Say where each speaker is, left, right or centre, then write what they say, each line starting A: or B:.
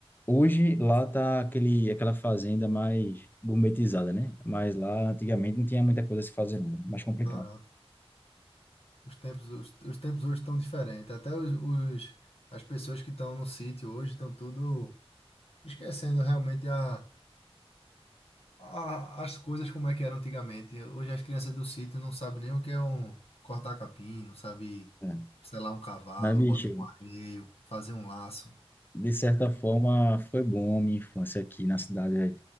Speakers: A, on the left; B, on the left.
A: Hoje lá tá aquele, aquela fazenda mais gourmetizada, né? Mas lá antigamente não tinha muita coisa a se fazer, não, era mais complicado.
B: Aham. Os tempos, os, os tempos hoje estão diferentes. Até os, os- as pessoas que estão no sítio hoje estão tudo esquecendo realmente a, a- as coisas como é que eram antigamente. Hoje as crianças do sítio não sabem nem o que é um cortar capim, não sabe
A: É.
B: selar um cavalo,
A: Mas, bicho,
B: botar um arreio, fazer um laço.
A: de certa forma foi bom a minha infância aqui na cidade, velho,